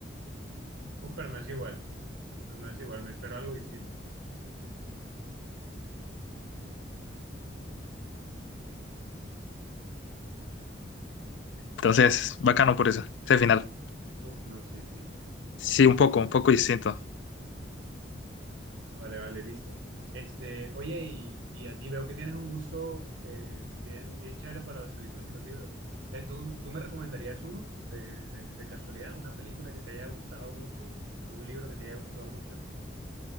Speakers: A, on the right; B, on the left.
A: uf, pero no es igual, no es igual, me espero algo distinto,
B: Entonces, bacano por eso, ese final.
A: uf, no, sí, sí.
B: Sí, un poco, un poco distinto.
A: Vale, vale, listo. Este, oye, y, y a ti veo que tienes un gusto eh, bien, bien chévere para las películas y los libros. Eh, ¿tú, tú me recomendarías uno de, de- de casualidad, una película que te haya gustado mucho o un libro que te haya gustado mucho?